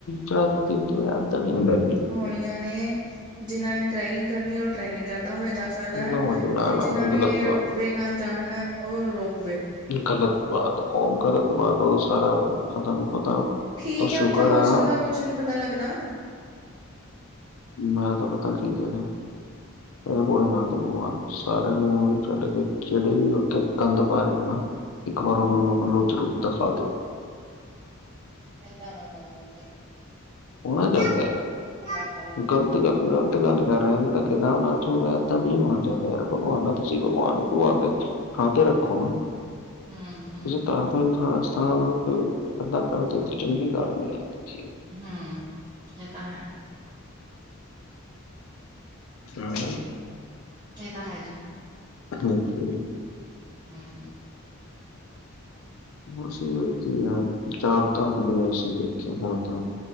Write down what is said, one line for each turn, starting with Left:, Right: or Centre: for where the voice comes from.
Left: ਚੜ- ਉਤਰ ਯਾਤਰਾ ਨੀ ਹੁੰਦੀ।
Right: ਨਿੱਯਣੇ ਜਿਨ੍ਹਾਂ ਨੇ ਟਰੈਕਿੰਗ ਕਰਨੀ ਹੈ, ਉਹ ਟਰੈਕਿੰਗ ਕਰਦਾ ਹੋਆ ਦ ਸਕਦਾ।
Left: ਨੋ ਜੀ ਨਾ
Right: ਤੇ
Left: ਨਾ
Right: ਜਿਨਾਂ
Left: ਨਾ
Right: ਨੇ
Left: ਗ਼ਲਤ
Right: ਰੋਪਵੇ
Left: ਬਾਤ
Right: ਨਾਲ ਜਾਣਾ ਉਹ ਰੋਪ
Left: ਗ਼ਲਤ ਬਾਤ, ਉਹ ਗ਼ਲਤ ਬਾਤ ਉਹ ਸਾਰਾ ਤੁਹਾਨੂੰ ਪਤਾ
Right: ਠੀਕ
Left: ਤਾਂ ਸ਼ੁਕਰ
Right: ਹੈ ਉੱਥੇ ਮੌਸਮ
Left: ਆ
Right: ਦਾ ਕੁੱਝ ਨੀ ਪਤਾ ਲੱਗਦਾ।
Left: ਮੈਂ ਤਾਂ ਪਤਾ ਕੀ ਕਰਹਿ ਰਿਹਾ। ਇਹ ਭੋਲੇ ਨਾਥ ਭਗਵਾਨ ਸਾਰਿਆਂ ਨੂੰ ਉਹੂੰ ਛੱਡ ਕੇ ਜਿਹੜੇ ਵੀ ਉੱਥੇ ਕੰਧ ਪਾਰੇ ਹਨਾ। ਇੱਕ ਵਾਰ ਉਹਨੂੰ ਆਪ ਰੁ ਰੂਪ ਦਿਖਾ ਦਿਓ।
Right: ਏਦਾਂ ਨਾ ਕਹੋ ਇੱਥੇ।
Left: ਹੋਣਾ
Right: ਇਹ
Left: ਚਾਹੀਦਾ।
Right: ਪੰਗਾ ਪਾਓਗੇ।
Left: ਗੱਲਤ ਗੱਲ ਗਲਤ ਗੱਲ ਕਰ ਰਿਹੇ ਜਿੱਦਾਂ ਕਿਦਾਂ ਨਾਚ ਹੋ ਰਿਹਾ ਏਦਾਂ ਨਹੀਂ ਹੋਣਾ ਚਾਹੀਦਾ ਯਾਰ ਭਗਵਾਨ ਨਾ ਤੁਸੀਂ ਭਗਵਾਨ ਭਗਵਾਨ ਦੇ ਹਾਂ ਤੇ ਰੱਖੋ ਨਾ,
Right: ਹੂੰ-ਹੂੰ-ਹੂੰ,
Left: ਤੁਸੀਂ ਤਾਰ ਉਸ ਖਾਸ ਥਾਂ 'ਤੇ ਐਦਾਂ ਕਰਨਾ ਚੰਗੀ ਗੱਲ ਨਹੀਂ ਹੈ।
Right: ਹੂ ਇਹ ਤਾਂ ਹੈ
Left: ਹਮ <inaudible>
Right: ਇਹ ਤਾਂ ਹੈਜੀ।
Left: ਹਾਂਜੀ।
Right: ਹੂੰ
Left: ਅਸੀ ਵਿੱਚ ਈ ਨਾ, ਚਾਰ ਧਾਮ ਵੀ ਦੇਖ ਲਏ, ਹੁਣ ਤਾਂ।